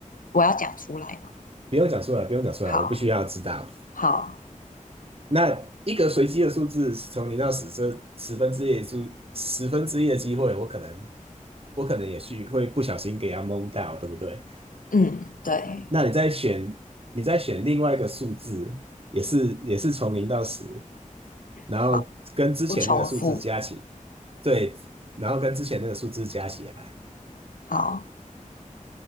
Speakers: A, on the left; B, on the right.
A: 我要讲出来嘛。
B: 不用讲出来，不用讲出来，
A: 好，
B: 我不需要知道。
A: 好，
B: 那一个随机的数字从零到十，这十分之一的数，十分之一的机会，我可能，我可能也去会不小心给它蒙到，对不对？
A: 嗯，对，
B: 那你再选，你再选另外一个数字，也是也是从零到十，然后跟之前那个数字加起，
A: 好，不重复，
B: 对，然后跟之前那个数字加起来，
A: 好，